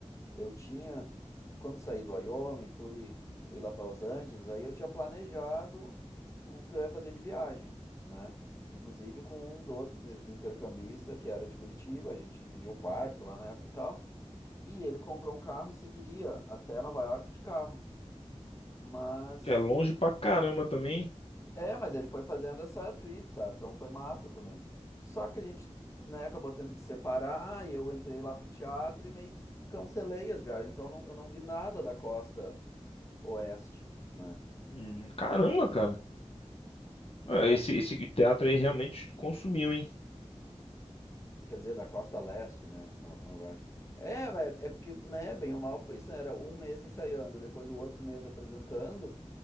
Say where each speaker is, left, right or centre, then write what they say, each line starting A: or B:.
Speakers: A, on the left; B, on the left.
A: Eu tinha, quando saí do Wyoming, fui, fui lá para Los Angeles, aí eu tinha planejado o que eu ia fazer de viagem, né? Inclusive com um do outro inter- intercambista que era de Curitiba, a gente dividiu o quarto lá na época e tal, e ele comprou um carro e seguiria até Nova York de carro. Mas
B: Que é longe pra caramba também.
A: É, mas ele foi fazendo essa trip, sabe? Então foi massa também. Só que a gente, né, acabou tendo que separar e eu entrei lá pro teatro e meio que cancelei as viagens. Então eu não, eu não vi nada da costa oeste, né?
B: Uhum. Caramba, cara.
A: É,
B: Ah, Esse, esse teatro aí realmente consumiu, hein?
A: quer dizer, da costa leste, né? no- Nova York. É, mas é porque, né, bem ou mal foi isso, né? Era um mês ensaiando, depois o outro mês apresentando,